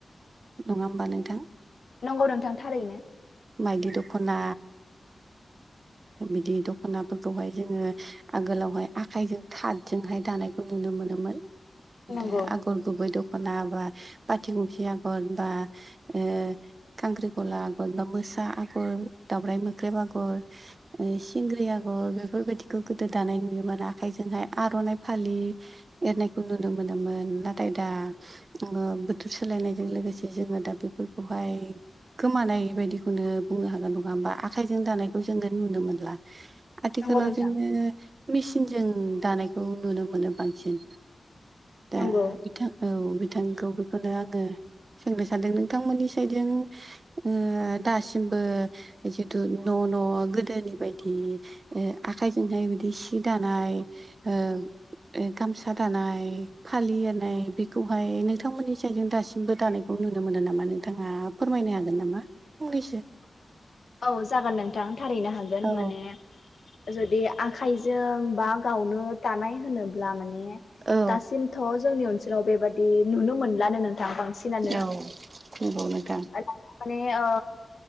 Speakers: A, on the right; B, on the left.
A: नङा होमबा नोंथां
B: नंगौ नोंथां थारैनो
A: मायदि दखना बिदि दखनाफोरखौहाय जोङो आगोलावहाय आखाइजों थादजोंहाय दानायखौ नुनो मोनोमोन
B: नंगौ
A: आगर गुबै दखना बा पाथि गखि आगर बा ओ खख्रिखला आगर बा मोसा आगर दावराय मोख्रेब आगर सिंग्रि आगर बेफोरबायाददिखौ गोदो दानाय नुयोमोन आखाइजोंहाय आरननाइ फालि एरनायखौ नुनो मोनोमोन नाथाय दा बोथोर सोलायनायजों लोगोसे जोङो दा बे फोरखौहाय गोमानाय बायदिखौनो बुंनो हागोन नङा होमबा आखाइजों दानायखौ जोङो नुनो मोनला आथिखालाव
B: नंगौ नोंथां
A: जोङो मेसिनजों दानायखौ नुनो मोनो बांसिन दा
B: नंगौ
A: बिथां औ बिथांखौ बेखौनो आङो सोंनो सानदों नोंथांमोननि साइदजों ओ दासिमबो जिदु न' न' गोदोनि बायदि ओ आखाइजोंहाय बिदि सि दानाय ओ ओ गामसा दानाय फालि एरनाय बिखौहाय नोंथांमोननि साइदजों दासिमबो दानायखौ नुनो मोनो नामा? नोंथाङा फोरमायनो हागोन नामा फंनैसो?
B: औ जागोन नोंथां थारैनो हागोन
A: औ
B: माने जुदि आखाइजों बा गावनो दानाय होनोब्ला माने
A: औ
B: दासिमथ' जोंनि ओनसोलाव बेबादि नुनो मोनलानो नों थां बांसिनानो
A: औ नंगौ नोंथां
B: आरो <unintelligible> ओ